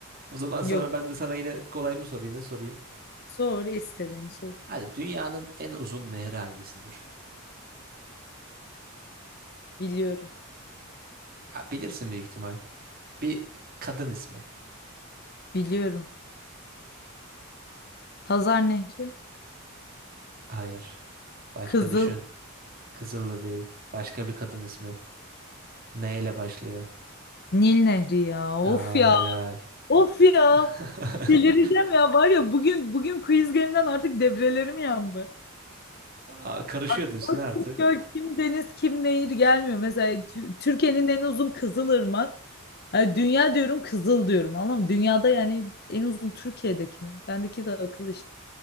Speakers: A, on the right; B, on the left.
A: O zaman sana
B: Yok.
A: ben de sana yine kolay mı sorayım ne sorayım?
B: Sor istediğini sor.
A: Hadi dünyanın en uzun nehri hangisidir?
B: Biliyorum.
A: Ya bilirsin büyük ihtimal. Bir kadın ismi.
B: Biliyorum. Hazar Nehri.
A: Hayır. Başka
B: Kızıl
A: düşün. Kızıl da değil. Başka bir kadın ismi. Neyle başlıyor?
B: Nil Nehri ya. Of
A: Aa
B: ya.
A: helal.
B: Of ya.
A: <laughs>
B: Delireceğim ya. Var ya bugün bugün quiz game'den artık devrelerim yandı.
A: Aa, karışıyor
B: Aklıma
A: diyorsun artık.
B: kim göl, kim deniz, kim nehir gelmiyor. Mesela Tü- Türkiye'nin en uzun Kızılırmak. Ha, dünya diyorum Kızıl diyorum. Anlam dünyada yani en uzun Türkiye'deki mi? Bendeki de akıl işte.